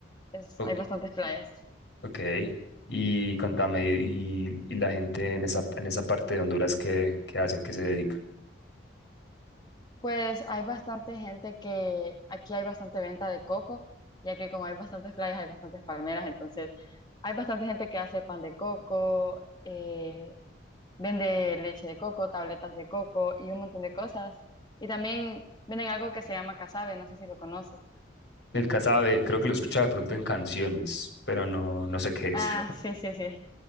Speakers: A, on the left (about 20°); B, on the left (about 65°).
A: es,
B: O-
A: hay bastantes playas.
B: ok. Y contame, y, y la gente en esa, en esa parte de Honduras, ¿qué, qué hace? ¿A qué se dedica?
A: Pues hay bastante gente que aquí hay bastante venta de coco, ya que como hay bastantes playas, hay bastantes palmeras, entonces hay bastante gente que hace pan de coco, eh, vende leche de coco, tabletas de coco y un montón de cosas. Y también venden algo que se llama casabe, no sé si lo conoces.
B: El casabe, creo que lo escuchaba de pronto en canciones, pero no, no sé qué es.
A: Ah, sí, sí, sí.